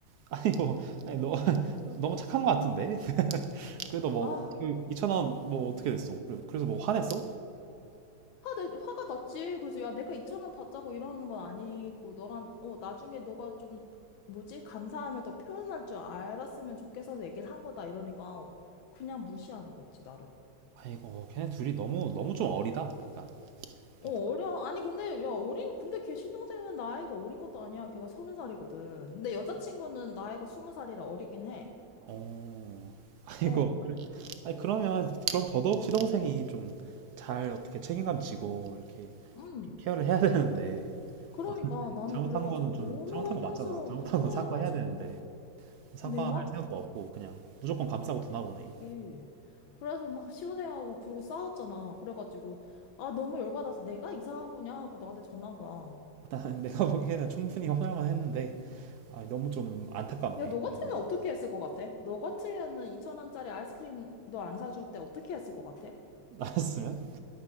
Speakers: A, on the right; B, on the left.
A: <laughs> 아니 뭐 아니 너 <laughs> 너무 착한 것 같은데 <laughs> 그래도 뭐그
B: 아.
A: 2천 원 뭐 어떻게 됐어? 그래- 그래서 뭐 화냈어?
B: 화, 내, 화가 났지. 그래서 야, 내가 2천 원 받자고 이러는 건 아니고 너랑 어 나중에 너가 좀 뭐지? 감사함을 더 표현할 줄 알았으면 좋겠어서 얘기를 한 거다 이러니까 어, 그냥 무시하는 거 있지 나를.
A: 아이고, 걔네 둘이 너무 너무 좀 어리다. 약간
B: 어
A: 어떡-
B: 어려. 아니 근데 야 어린 근데 걔 신동생은 나이가 어린 것도 아니야. 걔가 서른 살이거든. 근데 여자친구는 나이가 스무 살이라 어리긴 해.
A: 어, <laughs> 아이고,
B: 어.
A: 아니 그러면 그럼 더더욱 시동생이 좀 잘 어떻게 책임감 지고 이렇게
B: 음.
A: 좀 케어를 해야 되는데
B: 그러니까
A: 어, <laughs>
B: 나는
A: 잘못한
B: 그래가지고
A: 거는 좀
B: 너무
A: 잘못한
B: 황당스러운
A: 거 맞잖아. 잘못한
B: 황당해가지고
A: 건 사과해야 되는데.
B: 그내
A: 사과할
B: 말.
A: 생각도 없고 그냥 무조건 감싸고 두나 보네.
B: 그치. 그래서 막 시운생하고 그러고 싸웠잖아. 그래가지고 아 너무 열받아서 내가 이상한 거냐 하고 너한테 전화한 거야.
A: 일단 <laughs> 내가 보기에는 충분히 화날만 했는데 아, 너무 좀 안타깝네.
B: 야, 너 같으면
A: 거기
B: 어떻게 했을 것 같아? 너 같으면은 2천원짜리 아이스크림 너 안 사줄 때 어떻게 했을 것 같아?
A: 나왔으면